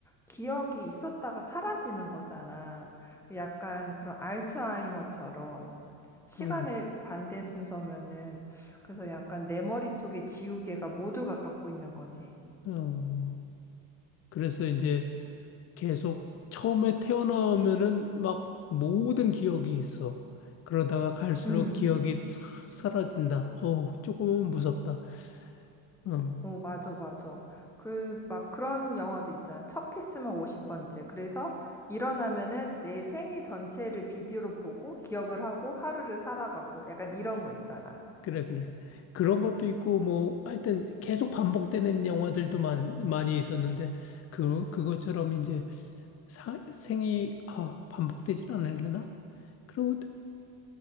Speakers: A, in the centre; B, on the left.
A: 기억이 있었다가 사라지는 거잖아. 약간 그런 알츠하이머처럼 시간의
B: 어,
A: 반대 순서면은 그래서 약간 내 머릿속에 지우개가 모두가 갖고 있는 거지.
B: 어, 그래서 이제 계속 처음에 태어나면은 막 모든 기억이 있어. 그러다가 갈수록
A: 응.
B: 기억이 탁 사라진다. 어우, 조금은 무섭다. 어,
A: 오, 맞아, 맞아. 그, 막 그런 영화들 있잖아. 첫 키스만 50번째. 그래서 일어나면은 내 생애 전체를 비디오로 보고 기억을 하고 하루를 살아가고 약간 이런 거 있잖아.
B: 그래, 그래. 그런 것도 있고, 뭐, 하여튼 계속 반복되는 영화들도 많, 많이 있었는데, 그, 그것처럼 이제 사, 생이, 아, 반복되진 않으려나? 그리고